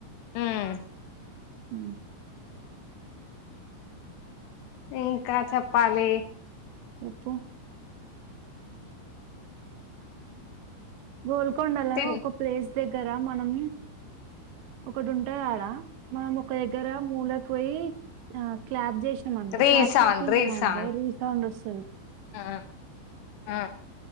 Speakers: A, on the left; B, on the right.
A: ఉమ్,
B: హ
A: ఇంకా చెప్పాలి
B: చెపు గోల్కొండలా
A: తిన్
B: ఒక ప్లేస్ దగ్గర మనం ఒకటి ఉంటాది ఆడా మనం ఒక దగ్గర మూలకి పోయి ఆ క్లాబ్ జె <unintelligible>
A: రీసౌండ్
B: క్లాప్స్ కొట్టి <unintelligible>
A: రీసౌండ్
B: రీసౌండ్ వస్తుంది
A: ఆ ఆ